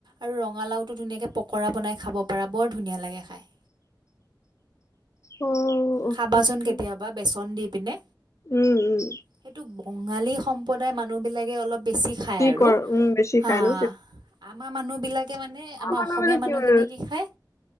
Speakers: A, on the right; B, on the left.
A: আৰু ৰঙালাওটো ধুনীয়াকে পকৰা বনাই খাব পাৰা বৰ ধুনীয়া লাগে খায়।
B: অ', অ',
A: খাবাচোন
B: অ', অ'।
A: কেতিয়াবা বেচন দি পিনে।
B: উম উম
A: সেইটো বঙালী সম্প্ৰদায়ৰ মানুহবিলাকে অলপ বেছি খায় আৰু
B: কৰ উম বেছি
A: হা
B: খাই ন
A: আমাৰ মানুহবিলাকে মানে আমাৰ
B: মানুহ
A: অসমীয়া
B: মানে
A: মানুহখিনিয়ে
B: আৰু
A: কি খায়